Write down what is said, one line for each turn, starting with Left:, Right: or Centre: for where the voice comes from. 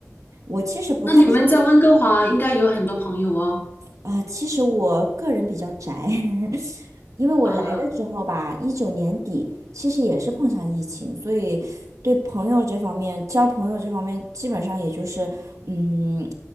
Right: 我其实不太
Left: 那你们在温哥华应该有很多朋友哦。
Right: 啊，其实我个人比较宅，<laughs> 因为我来的时候吧，
Left: 啊。
Right: 一九年底，其实也是碰上疫情，所以对朋友这方面，交朋友这方面，基本上也就是，嗯，